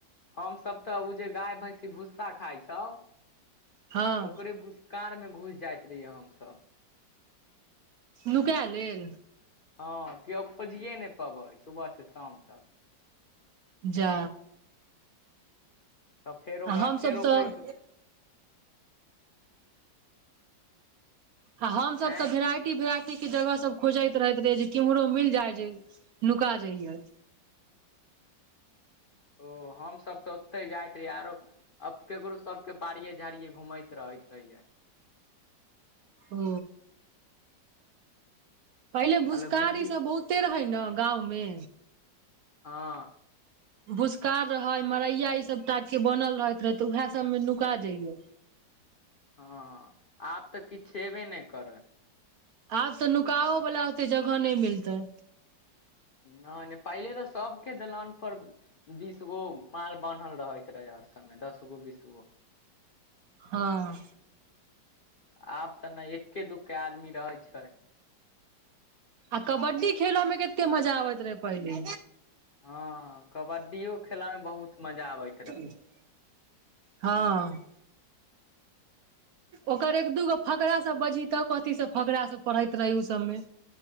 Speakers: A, on the left; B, on the right.
A: हम सब तऽ ओ जे गाय भैंसी भूस्सा खााय छौ
B: हँ
A: ओकरे भूस्स कार में घुस जाइत रहियै हम सब
B: नुकै लेल।
A: हँ, केओ खोजिए नहि पबै, सुबह से शाम तक।
B: जा
A: <inaudible> तऽ फेर
B: आ
A: ओकरा,
B: हमसभ
A: फेर
B: तऽ
A: ओकरे छौ।
B: आ हमस
A: आँय
B: तऽ भेराइटी, भेराट- के जगह सब खोजैत रहैत रैह, जे केम्हरो मिल जाय जे नुका जाइयैऽ।
A: ओ, हम सब त ओतय जाइत रहियैऽ, आरो अब केकरो सब के बारिये -झाड़िये घूमैत रहैत रहियैऽ।
B: ओ पहिले भूसखार
A: आलो गिल्ली
B: ई सब बहुत्ते रहै ने गाममे
A: हँ
B: भूसकारार् रहै, मरैया ई सब टाइप के बनल रहैत रहे तऽ उहैए सब मे नुका जाइयैऽ
A: हँ, आब तऽ किछ छेबे नय करय।
B: आब तऽ नुकाहो वला ओत्ते जगह नय मिलतै।
A: नय - नय पहिले तऽ सबके दलान पर बीसगो, माल बान्हल रहैत रहय हर समय, दस गो, बीसगो
B: हँ-
A: आब तऽ नय एक्के, दुू्के आदमी रहैय छै।
B: आ कबड्डी खेलऽ में कत्ते मजा आबैत रहय पहिले।
A: हँ कबड्डियो खेल्ला में बहुत मजा आबय।
B: <unintelligible> हँ। ओकर एक -दूगो फकरा सब बझी त, कथी सब फकरा सब पढ़ैत रहय उ सब मे